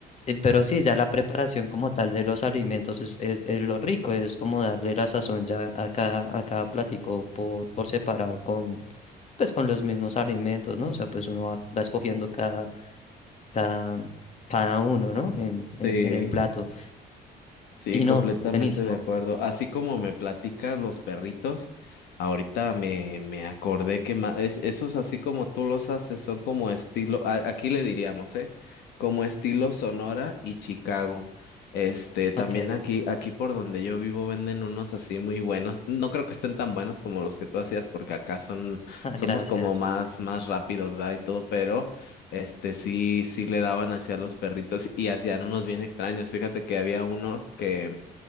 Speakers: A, on the left; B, on the left.
A: y- pero sí, ya la preparación como tal de los alimentos es, es, es lo rico, es como darle la sazón ya a cada, a cada platico por, por separado con, pues, con los mismos alimentos, ¿no? O sea, pues uno va, va escogiendo cada, cada, cada uno, ¿no? En, en,
B: sí.
A: en el plato.
B: Sí,
A: Y
B: completamente
A: no, buenísimo.
B: de acuerdo. Así como me platicas los perritos, ahorita me, me acordé que ma- es, esos así como tú los haces son como estilo, a- aquí le diríamos, ¿eh? Como estilo Sonora y Chicago. Este, también
A: Ok,
B: aquí, aquí por donde yo vivo venden unos así muy buenos. No creo que estén tan buenos como los que tú hacías, porque acá son,
A: ah,
B: somos
A: gracias.
B: como más, más rápidos, ¿verdad? Y todo, pero este sí, sí le daban hacia los perritos y hacían unos bien extraños. Fíjate que había unos que